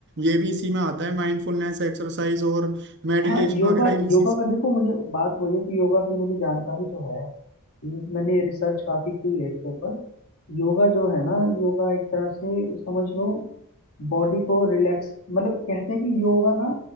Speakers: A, on the right; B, on the left.
A: ये भी इसी में आता है माइंडफुलनेस एक्सरसाइज और मेडिटेशन
B: हाँ योगा
A: वगैरह ये इसी
B: योगा का देखो मुझे बात वही है कि योगा की मुझे जानकारी तो है ये- मैंने रिसर्च काफी की है इसके ऊपर योगा जो है ना योगा एक तरह से समझ लो बॉडी को रिलैक्स मतलब कहते हैं कि योगा ना